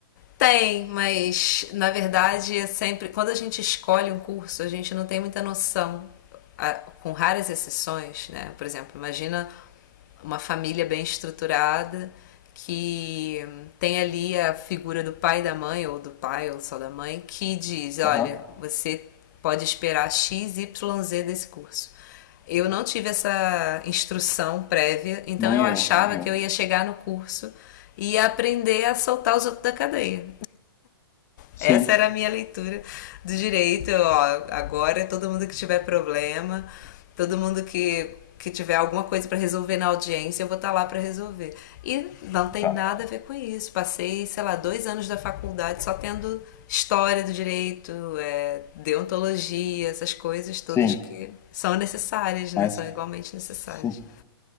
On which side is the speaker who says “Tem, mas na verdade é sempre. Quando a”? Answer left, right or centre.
Left